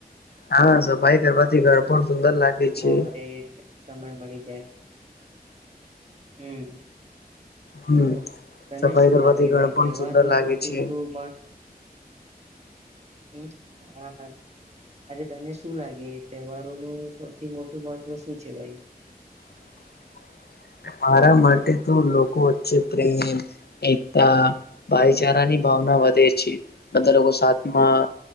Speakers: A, on the left; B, on the right.
A: હા સફાઈ કરવાથી ઘર પણ સુંદર લાગે
B: રમવા
A: છે.
B: માટે સમય મળી જાય હમ.
A: હમ
B: ભ તને
A: સફાઈ
B: શું
A: કરવાથી
B: લાગે
A: ઘર
B: ભાઈ
A: પણ
B: તહેવાર
A: સુંદર
B: ન
A: લાગે
B: સૌથી
A: છે.
B: મોટું હ હા. અરે તને શું લાગે તહેવારોનું સૌથી મોટું મહત્વ શું છે ભાઈ?
A: <inaudible> મારા માટે તો લોકો વચ્ચે પ્રેમ એકતા ભાઈચારાની ભાવના. વધે છે બધા લોકો સામાં